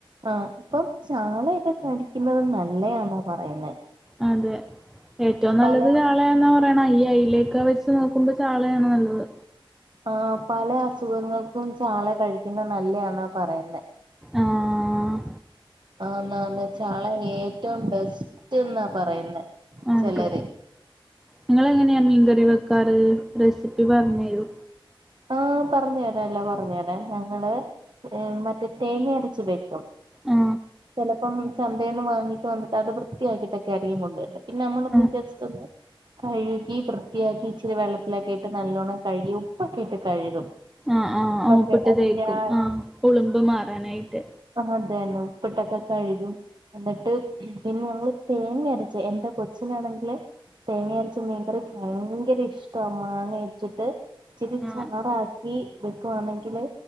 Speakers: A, on the right (about 55°); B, in the centre.
A: ആഹ് ഇപ്പം ചാളയൊക്കെ കയിക്കുന്നത് നല്ലയാന്നാ പറയുന്നേ
B: അതെ ഏറ്റവും നല്ലത്
A: പല
B: ചാള എന്നാ പറയണ ഇ അയല ലേക്ക വെച് ച്ച് നോക്കുമ്പോൾ ചാളയാണ് നല്ലത്
A: ആഹ് പല അസുഖങ്ങൾക്കും ചാള കഴിക്കുന്ന നല്ലന്നാ പറയുന്നെ
B: ആഹ്
A: ആന്നാ ന്ന് ചാളെ ഏറ്റവും ബെസ്റ്റ് എന്നാ പറയുന്ന
B: അതെ
A: ചിലര്
B: നിങ്ങളെങ്ങനെയാ മീൻകറി വെക്കാറ് റെസിപ്പി പറഞ്ഞ രു
A: ആഹ് പറഞ്ഞു തരാല്ലോ പറഞ്ഞു തരാം ഞങ്ങള് മറ്റേ തേങ്ങ അരച്ച് വെക്കും
B: ആ
A: ചെലപ്പം ചന്തെന്ന് വാങ്ങിട്ട് വന്നിട്ട് അത് വൃത്തിയാക്കിട്ടൊക്കെ അനിയൻ കൊണ്ടോരൽ പിന്നെ ഞമ്മൾ ഒന്നിച്ചു
B: ആ
A: വേചലോ കഴുകി വൃത്തിയാക്കി ഇച്ചിരി വെള്ളത്തിലൊക്കെ ഇട്ട് നല്ലോണ്ണം കഴുകി ഉപ്പൊക്കെ ഇട്ട് കഴുകും
B: ആഹ്
A: ഉപ്പൊക്കെ
B: ആഹ് ഉപ്പിട്ട്
A: അതിന്റെ
B: തേക്കും
A: ആ
B: ആഹ് ഉളുമ്പ് മാറാനായിട്ട്
A: അതെന്നെ ഉപ്പ്ട്ടോക്ക ക്കഴുകും എന്നിട്ട് പിന്നെ ഞങ്ങള് തേങ്ങ അരച്ച് എന്റെ കൊച്ചിനാണെങ്കില് തേങ്ങ അരച്ച മീൻക്കറി ഭയങ്കര ഇഷ്ട മാങ്ങ ഇട്ടിട്ട് ഇച്ചിരി
B: ആ
A: ചാറാക്കി വെക്കുവാണെങ്കില്